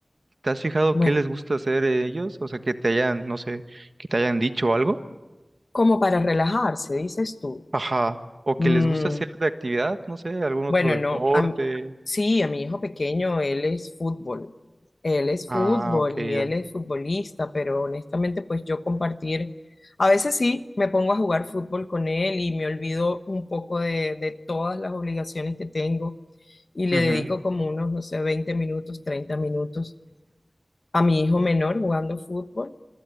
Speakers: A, on the right; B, on the left.
A: ¿Te has fijado
B: Bueno,
A: qué les gusta hacer eh, ellos? O sea, que te hayan, no sé, que te hayan dicho algo.
B: como para relajarse, dices tú.
A: Ajá. O
B: Mm,
A: que les gusta hacer de actividad, no sé, algún otro
B: bueno,
A: deporte.
B: no, a m- sí, a mi hijo pequeño, él es fútbol. Él es
A: Ah,
B: fútbol
A: ok,
B: y
A: ya.
B: él es futbolista, pero honestamente, pues yo compartir, a veces sí, me pongo a jugar fútbol con él y me olvido un poco de, de todas las obligaciones que tengo y le
A: Ujú,
B: dedico como unos, no sé, 20 minutos, 30 minutos a mi hijo menor jugando fútbol,